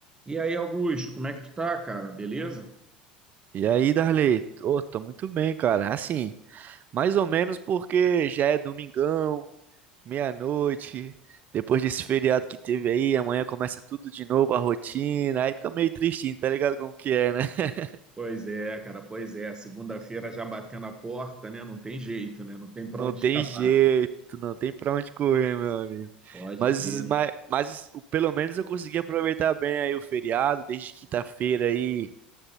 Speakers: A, on the right (about 15°); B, on the right (about 35°).
A: E aí, Augusto, como é que tu tá, cara? Beleza?
B: E aí, Darley? Ô, tô muito bem, cara. Assim, mais ou menos porque já é domingão, meia-noite, depois desse feriado que teve aí, amanhã começa tudo de novo, a rotina. Aí tô meio tristinho, tá ligado como que é, né? <laughs>
A: Pois é, cara, pois é. Segunda-feira já batendo a porta, né? Não tem jeito, né? Não tem pra
B: Não
A: onde
B: tem
A: escapar.
B: jeito, não tem pra onde correr, meu amigo.
A: Pode
B: Mas,
A: crer.
B: mas, mas o- pelo menos eu consegui aproveitar bem aí o feriado, desde quinta-feira aí.